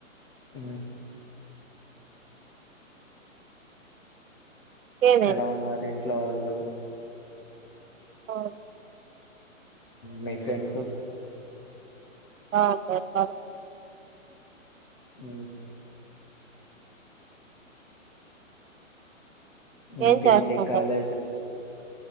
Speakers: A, on the left; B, on the right.
A: అ
B: ఇంకేమేమి
A: ఎలా ఉన్నారండి ఇంట్లో వాళ్ళు
B: అవును
A: మీ ఫ్రెండ్స్
B: ఆ సర అ
A: అ ఇంకేంటి
B: ఏం చేస్తాండావు
A: కాలేజ్